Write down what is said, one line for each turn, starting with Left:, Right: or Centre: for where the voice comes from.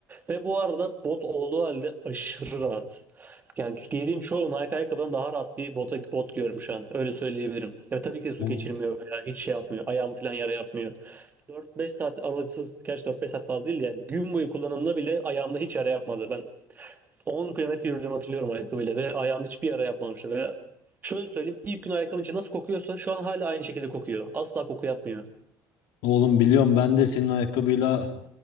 Right: Ve bu arada bot olduğu halde aşırı rahat. Yani giydiğim çoğu Nike ayakkabıdan daha rahat bir bota, bot giyiyorum şu an. Öyle söyleyebilirim. Ya tabii ki de su
Left: Bu
Right: geçirmiyor veya hiç şey yapmıyor. Ayağımı falan yara yapmıyor. 4-5 saat aralıksız, gerçi 4-5 saat fazla değil de yani gün boyu kullanımda bile ayağımda hiç yara yapmadı. Ben 10 kilometre yürüdüğümü hatırlıyorum ayakkabıyla ve ayağım hiçbir yara yapmamıştı. Ve şöyle söyleyeyim ilk gün ayakkabının içi nasıl kokuyorsa şu an hala aynı şekilde kokuyor. Asla koku yapmıyor.
Left: Oğlum biliyorum ben de senin ayakkabıyla